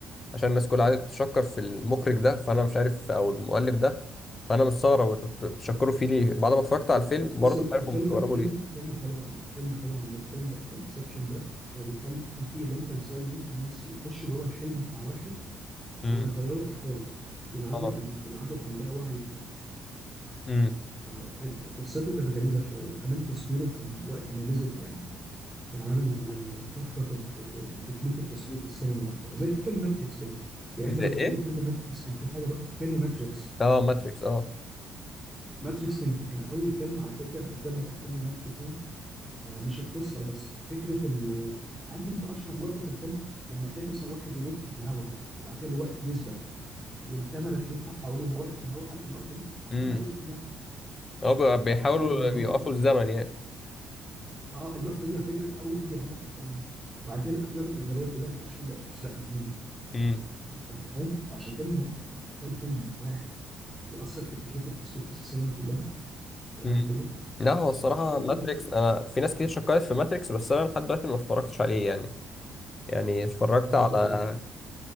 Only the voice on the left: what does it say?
عشان الناس كلها قاعده تشكر في المخرج ده فانا مش عارف او المؤلف ده فانا مستغرب انتوا بت- بتشكروا فيه ليه بعد ما اتفرجت على الفيلم برضه
مش عارف
هم مستغربوا
ليه
امم
اه
امم
زي
ايه
اه ماتريكس
اه
اه بي- بيحاولوا
بيوقفوا الزمن يعني
امم
امم
لا هو الصراحة
ماتريكس
أنا في ناس كتير شكرت في ماتريكس بس أنا لحد دلوقتي ما اتفرجتش عليه يعني يعني اتفرجت
على